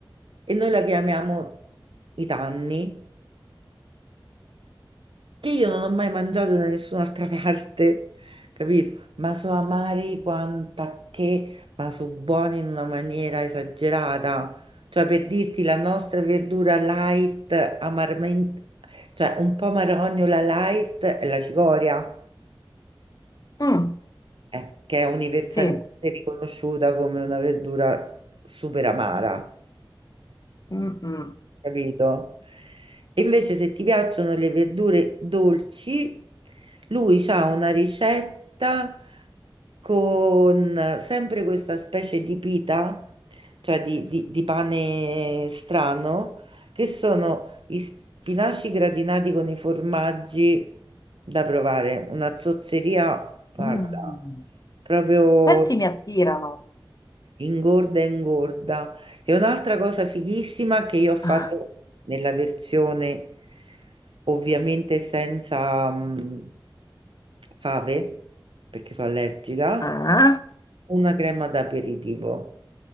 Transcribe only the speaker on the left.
Mm,
sì.
Mm, mm,
mm.
Questi mi attirano.
Eh?
Ah, eh?